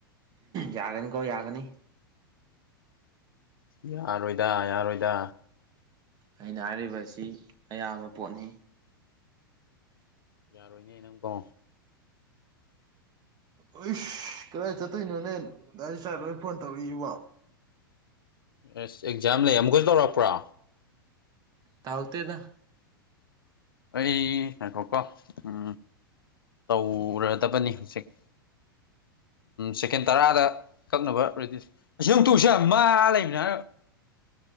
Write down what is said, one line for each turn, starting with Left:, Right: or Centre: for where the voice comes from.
Right: ꯌꯥꯒꯅꯤꯀꯣ ꯌꯥꯒꯅꯤ
Left: ꯌꯥꯔꯣꯏꯗ ꯌꯥꯔꯣꯏꯗ
Right: ꯑꯩꯅ ꯍꯥꯏꯔꯤꯕꯁꯤ ꯑꯌꯥꯝꯕ ꯄꯣꯠꯅꯤ
Left: ꯌꯥꯔꯣꯏꯅꯦ ꯅꯪꯀꯣ
Right: ꯑꯩꯁ ꯀꯗꯥꯏ ꯆꯠꯇꯣꯏꯅꯣꯅꯦ ꯗꯥꯏ ꯆꯥꯏ ꯂꯣꯏ ꯐꯣꯟ ꯇꯧꯔꯛꯏꯁꯤꯕꯣ
Left: ꯑꯦꯁ ꯑꯦꯛꯖꯥꯝ ꯂꯩ ꯑꯃꯨꯛꯀꯁꯨ ꯇꯧꯔꯛꯄ꯭ꯔꯣ
Right: ꯇꯥꯥꯎꯛꯇꯗ
Left: ꯑꯩ ꯍꯥꯏꯈꯣꯀꯣ ꯎꯝ ꯇꯧꯔꯗꯕꯅꯤ ꯍꯧꯖꯤꯛ ꯁꯦꯀꯦꯟ ꯇꯔꯥꯗ ꯀꯛꯅꯕ ꯔꯦꯗꯤ ꯑꯁꯤ ꯑꯃꯨꯛ ꯇꯧꯁꯦ ꯃꯥ ꯂꯩꯕꯅ